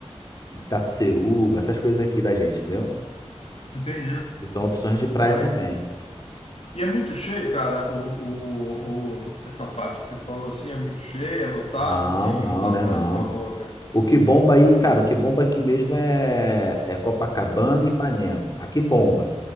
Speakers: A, on the left; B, on the left.
A: Itapeceruba, essas coisas aqui da gente, entendeu?
B: Entendi.
A: E são opções de praia
B: Porra,
A: também.
B: le- e é muito cheio, cara, o, o, o- essa parte que você falou assim, é muito cheia, é lotado,
A: Não,
B: tem,
A: não,
B: ou dá
A: né?
B: pra
A: Não.
B: ir uma boa, cara.
A: O que bomba aí, cara, o que bomba aqui mesmo é, é Copacabana e Ipanema. Aqui bomba.